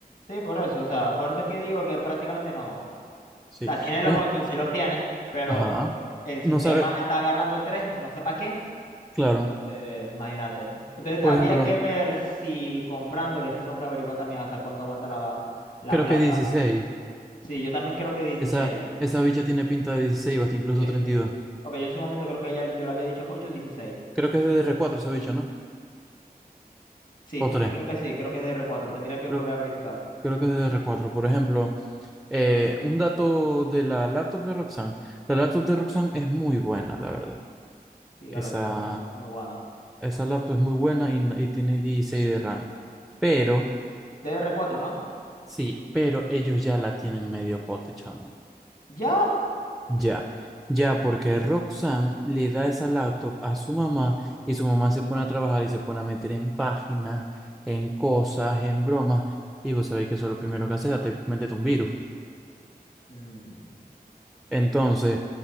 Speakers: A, on the left; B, in the centre.
A: Sí, por eso, o sea, por eso es que digo que prácticamente no. O
B: Sí.
A: sea, tiene
B: Por
A: los
B: ejemplo,
A: ocho, sí los tiene, pero
B: ajá.
A: el sistema
B: No sabe,
A: está agarrando tres, no sé para qué.
B: claro.
A: Entonces, imagínate. Entonces,
B: Por
A: habría
B: ejemplo,
A: que ver si comprándoles, que tengo que averiguar también hasta cuánto aguanta la, la
B: creo
A: placa.
B: que dieciséis
A: Sí, yo también creo que 16.
B: Esa, esa bicha tiene pinta de 16 o hasta incluso
A: Sí.
B: treinta y dos
A: Ok, yo en su momento creo que ya yo le había dicho ocho dieciséis.
B: Creo que es de D D r cuatro esa bicha, ¿no?
A: Sí,
B: O tres
A: creo que sí, creo que es D R cuatro. Tendría que volver
B: Creo,
A: a verificar.
B: creo que es de D D r cuatro Por ejemplo, eh, un dato de la laptop de Roxanne. La laptop
A: Ujú.
B: de Roxanne es muy buena, la verdad.
A: Sí, la
B: Esa,
A: Lotte Roxana es muy buena.
B: esa laptop es muy buena y, n- y tiene 16 de RAM. Pero,
A: D R cuatro, ¿no?
B: sí, pero ellos ya la tienen medio pote, chamo.
A: ¿Ya?
B: Ya, ya, porque Roxanne le da esa laptop a su mamá y su mamá se pone a trabajar y se pone a meter en páginas, en cosas, en bromas. Y vos sabéis que eso es lo primero que hace, date, métete un virus.
A: Mm,
B: Entonces,